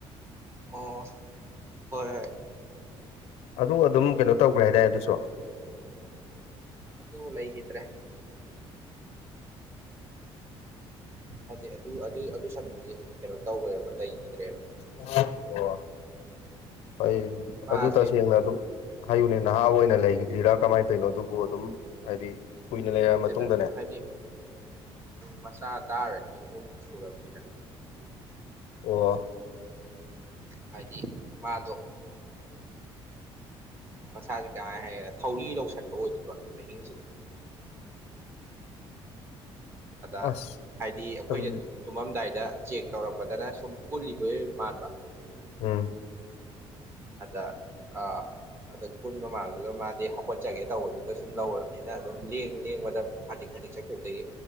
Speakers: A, on the right; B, on the left.
A: ꯑꯣ ꯍꯣꯏ ꯍꯣꯏ
B: ꯑꯗꯨ ꯑꯗꯨꯝ ꯀꯩꯅꯣ ꯇꯧꯒ꯭ꯔꯦ ꯍꯥꯏꯗꯥꯏ ꯑꯗꯨꯁꯨ
A: ꯑꯗꯨ ꯂꯩꯒꯤꯗ꯭ꯔꯦ ꯍꯥꯏꯗꯤ ꯑꯗꯨ ꯑꯗꯨ ꯑꯗꯨ ꯁꯟꯗꯨꯗꯤ ꯀꯩꯅꯣ ꯇꯧꯒ꯭ꯔꯦꯕ ꯂꯩꯒꯤꯗ꯭ꯔꯦꯕ
B: ꯑꯣ ꯐꯩꯏꯜ
A: ꯃꯥꯁꯦ
B: ꯑꯗꯨ ꯇꯁꯦꯡꯅ ꯑꯗꯨꯝ ꯍꯥꯏꯌꯨꯅꯦ ꯅꯍꯥ ꯑꯣꯏꯅ ꯂꯩꯒꯤꯗ꯭ꯔꯤꯔꯥ ꯀꯃꯥꯏ ꯇꯧꯏꯅꯣ ꯑꯗꯨꯕꯨ ꯑꯗꯨꯝ ꯍꯥꯏꯗꯤ ꯀꯨꯏꯅ ꯂꯩꯔ
A: ꯅꯠꯇꯦꯗ
B: ꯃꯇꯨꯡꯗꯅꯦ
A: ꯍꯥꯏꯗꯤ ꯃꯆꯥ ꯗꯥꯔ ꯑꯅꯤ ꯑꯍꯨꯝ ꯁꯨꯔꯕꯅꯤꯗ
B: ꯑꯣ
A: ꯍꯥꯏꯗꯤ ꯃꯥꯗꯣ ꯃꯁꯥꯖꯦ ꯀꯃꯥꯏ ꯍꯥꯏꯒꯦꯔ ꯊꯧꯔꯤ ꯂꯧꯁꯟꯕ ꯑꯣꯏꯗꯣꯏꯕ ꯑꯍꯤꯡꯖꯤꯗ ꯑꯗ
B: ꯑꯁ
A: ꯍꯥꯏꯗꯤ ꯑꯩꯈꯣꯏꯅ
B: ꯑꯗꯨ
A: ꯇꯨꯃꯝꯗꯥꯏꯗ ꯆꯦꯛ ꯇꯧꯔꯝꯕꯗꯅ ꯁꯨꯝ ꯀꯨꯜꯂꯤꯕꯣꯏ ꯃꯥꯟꯕ
B: ꯎꯝ
A: ꯑꯗ ꯑ ꯑꯗ ꯀꯨꯟꯕ ꯃꯥꯡꯗꯨꯗ ꯃꯥꯗꯤ ꯍꯧꯒꯠꯆꯒꯦ ꯇꯧꯕꯗꯨꯗ ꯁꯨꯝ ꯂꯧꯔꯝꯅꯤꯅ ꯑꯗꯨꯝ ꯂꯦꯡ ꯂꯦꯡꯕꯗ ꯈꯖꯤꯛ ꯈꯖꯤꯛ ꯆꯠꯈꯤꯕꯗꯒꯤ